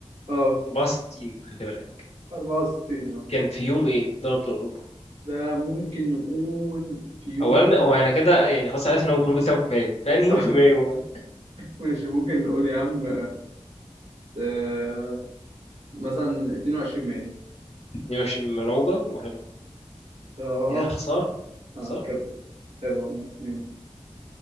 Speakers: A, on the right; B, on the left.
A: اه
B: 64 خلي بالك
A: 64 اه
B: كان في يوم ايه دوري ابطال اوروبا
A: ده ممكن نقول في يوم
B: اولا هو انا كده يعني خلاص عرفت انهم كلهم بيتلعبوا في مايو في انهي يوم
A: <laughs>
B: في مايو بقى؟
A: ماشي ممكن نقول يا عم آه مثلا 22 مايو
B: دي ماشي ملعوبه وحلوه
A: اه
B: يا خساره
A: اه
B: خساره
A: كده حلو عامة يعني.